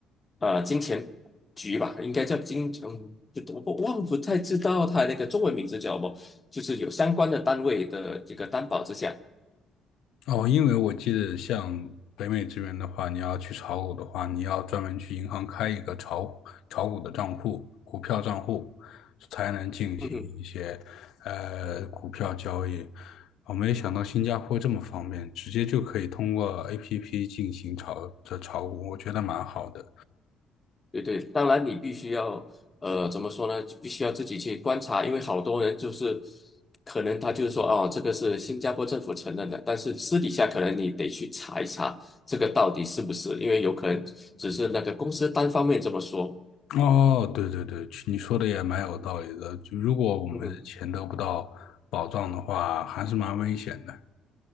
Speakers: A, on the left; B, on the left.
A: 呃金钱局吧，应该叫金，嗯，不我不忘不太知道它那个中文名字叫什么，就是有相关的单位的这个担保之下，
B: 哦，因为我记得像北美这边的话，你要去炒股的话，你要专门去银行开一个炒炒股的账户、股票账户，才能进行一些呃股票交易。
A: 嗯哼。
B: 我没想到新加坡这么方便，直接就可以通过 APP 进行炒这炒股，我觉得蛮好的。
A: 对对，当然你必须要，呃，怎么说呢？就必须要自己去观察，因为好多人就是可能他就是说，哦，这个是新加坡政府承认的，但是私底下可能你得去查一查这个到底是不是，因为有可能只是那个公司单方面这么说。
B: 哦，对对对，你说的也蛮有道理的。就如果我们的钱得不到保障的话，
A: 嗯
B: 还是蛮危险的。